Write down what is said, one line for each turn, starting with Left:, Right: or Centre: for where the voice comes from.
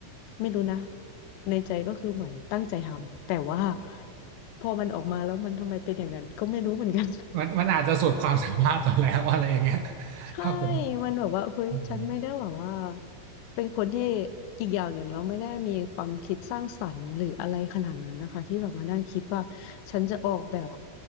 Left: ไม่รู้นะในใจก็คือเหมือนตั้งใจทำแต่ว่าพอมันออกมาแล้วมันทำไมเป็นอย่างนั้นก็ไม่รู้เหมือนกัน
Right: มันมันอาจจะสุดความสามารถตอนแล้วอะไรอย่างเงี้ย
Left: ใช่
Right: ถ้าผม
Left: มันแบบว่าเฮ้ยฉันไม่ได้แบบว่า
Right: อืม
Left: เป็นคนที่อีกอย่างหนึ่งเราไม่ได้มีความคิดสร้างสรรค์หรืออะไรขนาดนั้นนะคะที่แบบมานั่งคิดว่าฉันจะออกแบบ